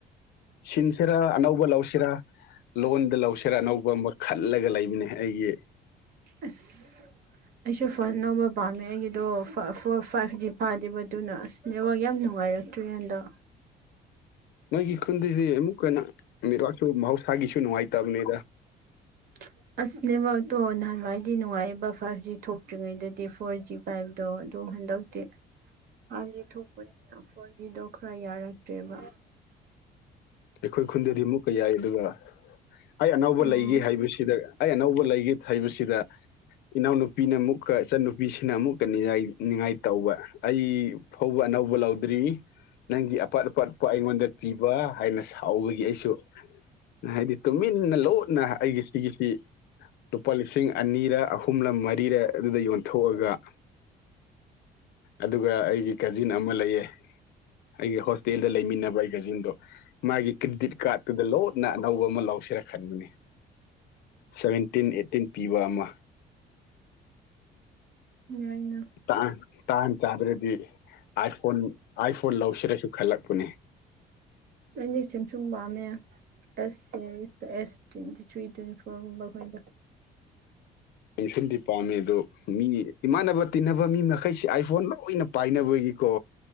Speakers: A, on the left; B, on the right.
A: ꯁꯤꯟꯁꯤꯔꯥ ꯑꯅꯧꯕ ꯂꯧꯁꯤꯔꯥ ꯂꯣꯟꯗ ꯂꯧꯁꯤꯔꯥ ꯑꯅꯧꯕ ꯑꯃ ꯈꯜꯂꯒ ꯂꯩꯕꯅꯦ ꯑꯩꯒꯤ
B: ꯑꯁ ꯑꯩꯁꯨ ꯐꯣꯟ ꯑꯅꯧꯕ ꯄꯥꯝꯃꯦ ꯑꯩꯒꯤꯗꯣ ꯐ ꯐꯣꯔ ꯐꯥꯏꯚ ꯖꯤ ꯐꯥꯗꯦꯕ ꯑꯗꯨꯅ ꯑꯁ ꯅꯦꯋꯥ ꯌꯥꯝ ꯅꯨꯡꯉꯥꯏꯔꯛꯇ꯭ꯔꯦ ꯍꯟꯗꯛ
A: ꯅꯣꯏꯒꯤ ꯈꯨꯟꯗꯒꯤ ꯑꯃꯨꯛ ꯍꯦꯟꯅ ꯅꯦꯠꯋꯥꯛꯁꯨ ꯃꯍꯧꯁꯥꯒꯤꯁꯨ ꯅꯨꯡꯉꯥꯏꯇꯕꯅꯤꯗ
B: <inaudible> ꯑꯁ ꯅꯦꯋꯥꯛꯇꯣ ꯅꯍꯥꯟꯋꯥꯏꯗꯤ ꯅꯨꯡꯉꯥꯏꯌꯦꯕ ꯐꯥꯏꯚ ꯖꯤ ꯊꯣꯛꯇ꯭ꯔꯤꯉꯩꯗꯗꯤ ꯐꯣꯔ ꯖꯤ ꯄꯥꯏꯕꯇꯣ ꯑꯗꯨ ꯍꯟꯗꯛꯇꯤ ꯐꯥꯏꯚ ꯖꯤ ꯊꯣꯛꯄꯅꯤꯅ ꯐꯣꯔ ꯖꯤꯗꯣ ꯈꯔ ꯌꯥꯔꯛꯇ꯭ꯔꯦꯕ
A: ꯑꯩꯈꯣꯏ ꯈꯨꯟꯗꯗꯤ ꯑꯃꯨꯛꯀ ꯌꯥꯏ ꯑꯗꯨꯒ ꯑꯩ ꯑꯅꯧꯕ
B: ꯎꯝ
A: ꯂꯩꯒꯦ ꯍꯥꯏꯕꯁꯤꯗ ꯑꯩ ꯑꯅꯧꯕ ꯂꯩꯒꯦ ꯐꯩꯕꯁꯤꯗ ꯏꯅꯥꯎꯅꯨꯄꯤꯅ ꯑꯃꯨꯛꯀ ꯏꯆꯟꯅꯨꯄꯤꯁꯤꯅ ꯑꯃꯨꯛꯀ ꯅꯤꯉꯥꯏ ꯅꯤꯡꯉꯥꯏ ꯇꯧꯕ ꯑꯩ ꯐꯧꯕ ꯑꯅꯧꯕ ꯂꯧꯗ꯭ꯔꯤ ꯅꯪꯒꯤ ꯑꯄꯥꯠ ꯑꯄꯥꯠꯄ ꯑꯩꯉꯣꯟꯗ ꯄꯤꯕ ꯍꯥꯏꯅ ꯁꯥꯎꯕꯒꯤ ꯑꯩꯁꯨ ꯍꯥꯏꯗꯤ ꯇꯨꯃꯤꯟꯅ ꯂꫭꯠꯅ ꯑꯩꯒꯤ ꯁꯤꯒꯤꯁꯤ ꯂꯨꯄꯥ ꯂꯤꯁꯤꯡ ꯑꯅꯤꯔ ꯑꯍꯨꯝꯂ ꯃꯔꯤꯔ ꯑꯗꯨꯗ ꯌꯣꯟꯊꯣꯛꯑꯒ ꯑꯗꯨꯒ ꯑꯩꯒꯤ ꯀꯥꯖꯤꯟ ꯑꯃ ꯂꯩꯌꯦ ꯑꯩꯒꯤ ꯍꯣꯁꯇꯦꯜꯗ ꯂꯩꯃꯤꯟꯅꯕ ꯑꯩ ꯀꯖꯤꯟꯗꯣ ꯃꯥꯒꯤ ꯀ꯭ꯔꯦꯗꯤꯠ ꯀꯥꯔꯗꯠꯇꯨꯗ ꯂꯣꯠꯅ ꯑꯅꯧꯕ ꯑꯃ ꯂꯧꯁꯤꯔ ꯈꯟꯕꯅꯦ ꯁꯚꯦꯟꯇꯤꯟ ꯑꯦꯠꯇꯤꯟ ꯄꯤꯕ ꯑꯃ
B: ꯌꯥꯏꯅ
A: ꯇ ꯇꯥꯟ ꯆꯥꯗ꯭ꯔꯗꯤ ꯑꯥꯏ ꯐꯣꯟ ꯑꯥꯏꯐꯣꯟ ꯂꯧꯁꯤꯔꯁꯨ ꯈꯜꯂꯛꯄꯅꯦ
B: ꯑꯩꯗꯤ ꯁꯦꯝ ꯁꯨꯡ ꯄꯥꯝꯃꯦ ꯑꯦꯁꯦꯇ ꯁꯦꯔꯤꯁꯇꫭꯑꯦꯁ ꯇ꯭ꯋꯦꯟꯇꯤ ꯊ꯭ꯔꯤ ꯇ꯭ꯋꯦꯟꯇꯤ ꯐꯣꯔꯒꯨꯝꯕ ꯃꯈꯣꯏꯗꯣ
A: ꯄꯦꯟꯁꯟ ꯗꯤꯄꯥꯔꯃꯦꯟꯗꯣ ꯃꯤ ꯏꯃꯥꯟꯅꯕ ꯇꯤꯟꯅꯕ ꯃꯤ ꯃꯈꯩꯁꯤ ꯑꯥꯏꯐꯣꯟ ꯂꯣꯏꯅ ꯄꯥꯏꯅꯕꯒꯤꯀꯣ